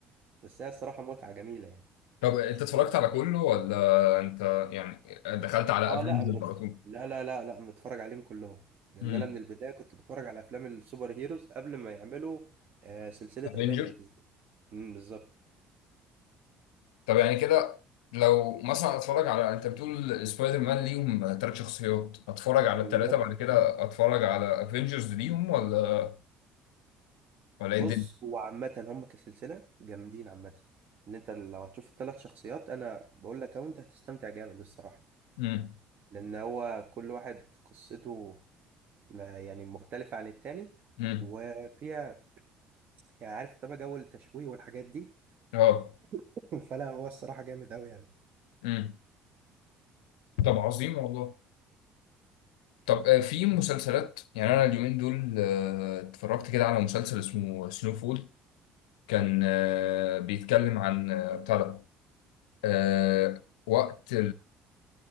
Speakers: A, on the right; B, on the left.
A: بس هي الصراحة متعة جميلة يعني
B: طب انت اتفرجت على كله ولا انت يعني دخلت على
A: اه
B: افنجرز
A: لا انا متف...
B: على طول
A: لا لا لا لا متفرج عليهم كلهم لان
B: امم
A: انا من البدايه كنت بتفرج على افلام السوبر هيروز قبل ما يعملوا آه سلسله
B: افنجر
A: افنجرز دي امم بالظبط
B: طب يعني كده لو مثلا اتفرج على انت بتقول سبايدر مان ليهم ثلاث شخصيات اتفرج على الثلاثه
A: بالظبط
B: بعد كده اتفرج على افنجرز ليهم ولا ولا ايه
A: بص
B: الدنيا
A: هو عامه هم كسلسله جامدين عامه ان انت لو هتشوف الثلاث شخصيات انا بقول لك اهو انت هتستمتع جامد الصراحه
B: امم
A: لان هو كل واحد قصته ما- يعني مختلفه عن التاني
B: امم
A: وفيها يعني عارف طبعا جو التشويق والحاجات دي
B: اه
A: <laughs> فلا هو الصراحه جامد قوي يعني
B: امم طب عظيم والله طب آه، في مسلسلات يعني انا اليومين دول آه، اتفرجت كده على مسلسل اسمه سنو فول كان آه، بيتكلم عن آه، بتاع ده آه، وقت